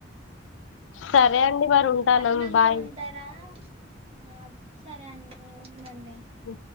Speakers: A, on the left; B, on the right.
A: సరే అండి మరి ఉంటాను
B: పటణంలో
A: బాయ్
B: ఉంటా దా ఆ సరేఅండి ఉందండి
A: ఉ